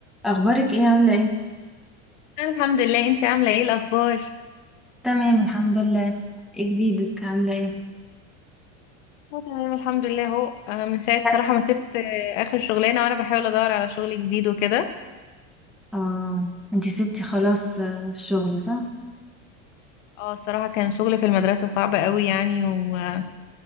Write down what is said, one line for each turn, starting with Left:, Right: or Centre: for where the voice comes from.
Centre: اخبارك ايه عامله ايه
Left: الحمد لله انتي عامله ايه الاخبار
Centre: تمام الحمد لله ايه جديدك عامله ايه
Left: اه تمام الحمد لله اهو آه، من ساعه
Centre: <laughs>
Left: صراحه ما سبت آه، اخر شغلانه وانا بحاول ادور على شغل جديد وكده
Centre: اه انتي سبتي خلاص آه، الشغل صح
Left: اه الصراحه كان شغل في المدرسه صعب قوي يعني وصحيان